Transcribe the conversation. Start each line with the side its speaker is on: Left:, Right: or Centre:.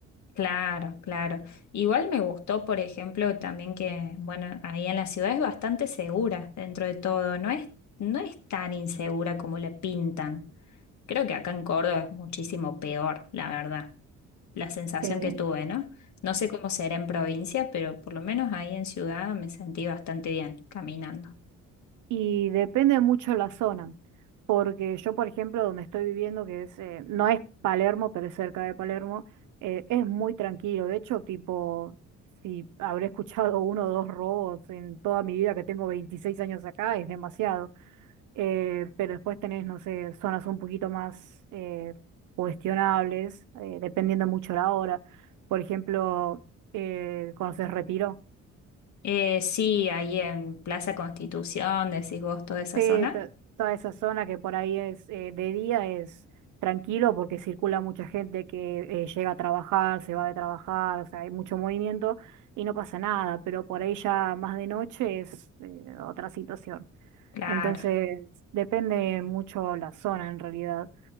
Left: Claro, claro. Igual me gustó, por ejemplo, también que, bueno, ahí en la ciudad es bastante segura dentro de todo. No es, no es tan insegura como la pintan. Creo que acá en Córdoba es muchísimo peor, la verdad. la sensación
Right: Eh,
Left: que tuve, ¿no? No sé cómo será en provincia, pero por lo menos ahí en ciudad me sentí bastante bien caminando.
Right: Y depende mucho la zona, porque yo, por ejemplo, donde estoy viviendo, que es, eh, no es Palermo, pero es cerca de Palermo, eh, es muy tranquilo. De hecho, tipo, si habré escuchado <laughs> uno o dos robos en toda mi vida, que tengo 26 años acá, es demasiado. Eh, pero después tenés, no sé, zonas un poquito más eh, cuestionables, eh, dependiendo mucho la hora. Por ejemplo, eh, ¿conoces Retiro?
Left: Eh, sí, ahí en Plaza Constitución, decís vos, toda esa
Right: Sí,
Left: zona.
Right: to- toda esa zona que por ahí es eh, de día es tranquilo porque circula mucha gente que eh, llega a trabajar, se va de trabajar, o sea, hay mucho movimiento y no pasa nada, pero por ahí ya más de noche es eh, otra situación.
Left: Claro,
Right: Entonces, depende mucho la zona en realidad.